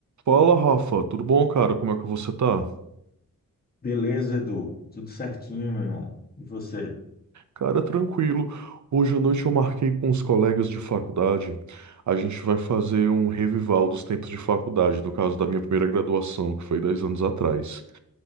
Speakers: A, on the right; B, on the left.
A: Fala, Rafa, tudo bom, cara? Como é que você tá?
B: Beleza, Edu. Tudo certinho, meu irmão. E você?
A: Cara, tranquilo. Hoje à noite eu marquei com os colegas de faculdade. A gente vai fazer um revival dos tempos de faculdade, no caso da minha primeira graduação, que foi 10 anos atrás.